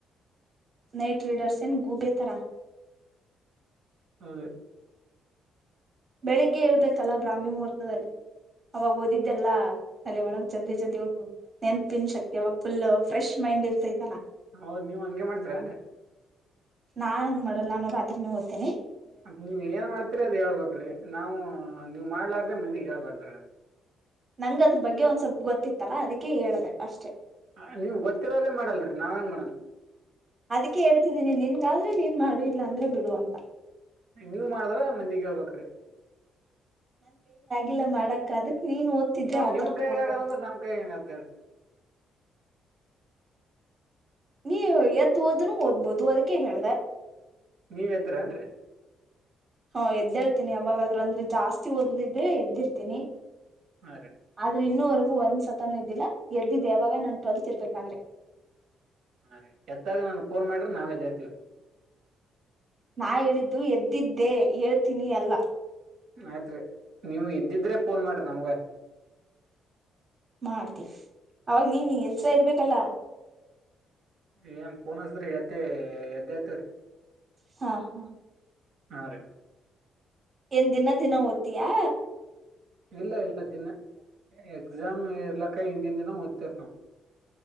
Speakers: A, on the right; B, on the right.
A: ನೈಟ್ ರೈಡರ್ಸ್ ಎನ್ ಗೂಬೆ ತರ
B: ಹೌದ್ರಿ
A: ಬೆಳಿಗ್ಗೆ ಹೇಳ್ಬೇಕಲ್ಲ ಬ್ರಾಹ್ಮಿ ಮುಹೂರ್ತದಲ್ಲಿ. ಅವಾಗ ಓದಿದ್ದೆಲ್ಲ ತಲೆ ಒಳಗ್ ಜಲ್ದಿ ಜಲ್ದಿ ಹ್ತು ನೆನ್ಪಿನ ಶಕ್ತಿ ಅವಾಗ ಫುಲ್ ಫ್ರೆಶ್. ಮೈಂಡ್ ಇರ್ತೈತಲ್ಲ
B: ಹೌದ ನೀವ್ ಹಂಗೆ ಮಾಡ್ತೀರ ಏನ್ರಿ
A: ನಾನ್ಂಗ ಮಾಡಲ್ಲ ಅನ್ನೋ ರಾತ್ರಿ ನೀವು ಓದ್ತಿನಿ.
B: ಮತ್ ನೀವ್ ಏನ್ ಮಾಡ್ತರಿ ಅದ ಹೇಳ್ಬ್ರಿ ನಾವು ನೀವ್ ಮಾಡ್ಲಾರ್ದೆ ಮಂದಿಗ್ ಹೇಳ್ಬಾರ್ದ್ರಿ ಅದು.
A: ನಂಗ ಅದ್ರ ಬಗ್ಗೆ ಒಂದ್ ಸ್ವಲ್ಪ ಗೊತ್ತಿತ್ತಲ್ಲಾ ಅದಕ್ಕೆ ಹೇಳಿದೆ ಅಷ್ಟೆ.
B: ಹ ನೀವ್ ಗೊತ್ತಿರರೆ ಮಾಡಲ್ರರಿ ನಾವ್ ಹೆಂಗ ಮಾಡನ್
A: ಅದಕ್ಕೆ ಹೇಳ್ತಿದೀನಿ ನಿನ್ಗಾದ್ರೆ ನೀನ್ ಮಾಡು ಇಲ್ಲಾಂದ್ರೆ ಬಿಡು ಅಂತ
B: ನೀವ್ ಮಾಡಿದ್ರ ಮಂದಿಗೆ ಹೇಳ್ಬೇಕ್ರೀ.
A: ಇಲ್ಲಾ ಮಾಡಕ್ ಅದಕ್ ನೀನ್ ಓದ್ತಿದ್ರೆ ಆತರ
B: ನಿಮ್ ಕೈಗ್
A: ಓದ
B: ಆಗಲ್ಲ ಅಂದ್ರ ನಮ್ ಕೈಗ್ ಹೆಂಗ್ ಆಗ್ತದ್ರಿ
A: ನೀ ಎದ್ದ ಓದನು ಓದ್ಬೋದು ಅದಕ್ಕೆ ಹೇಳ್ದೆ
B: ನೀವ್ ಎದ್ದೆಂದ್ರಿ.
A: ಹಾ ಎದ್ದೇಳ್ತೀನಿ ಅವಾವಾಗಾದ್ರು ಅಂದ್ರೆ ಜಾಸ್ತಿ ಓದದಿದ್ರೆ ಎದ್ದಿರ್ತೀನಿ.
B: ಹಾ ರೀ
A: ಆದ್ರೆ ಇನ್ನೂವರೆಗೂ ಒಂದ್ ಸತನೂ ಇದ್ದಿಲ್ಲ ಎದ್ದಿದ್ದ ಯಾವಾಗ ನಾನ್ ಟ್ವೆಲ್ತ್ ಇರ್ಬೇಕಾದ್ರೆ.
B: ಹಾ ರೀ ಎದ್ದಾಗ ನಾನ ಫೋನ್ ಮಾಡ್ರೆ ನಾವೇದೇ ಹತೀವ.
A: ನಾ ಹೇಳಿದ್ದು ಎದ್ದಿದ್ದೆ ಹೇಳ್ತೀನಿ ಅಲ್ಲ.
B: ಆಯ್ತ್ರಿ ನೀವು ಎದ್ದಿದ್ರೆ ಫೋನ್ ಮಾಡ್ರಿ ನಮ್ಗ.
A: ಮಾಡ್ತಿ ಅವಾಗ ನೀನ್ ಎಚ್ರ ಇರ್ಬೇಕಲ್ಲ.
B: ಏನ್ ಫೋನ್ ಹಸ್ರಿ ಎತ್ತಿ ಎದ್ದತಿವ್ರಿ
A: ಹಾ ಹಾ
B: ಹಾ ರೀ
A: ಏನ್ ದಿನ ದಿನ ಓದ್ತ್ಯ.
B: ಇಲ್ಲ ಇಲ್ಲ ದಿನ ಎಕ್ಸಾಮ್ ಇರ್ಲಕ್ಕ ಹಿಂದಿನ ದಿನ ಓದ್ತತಿರ್ ನಾವು.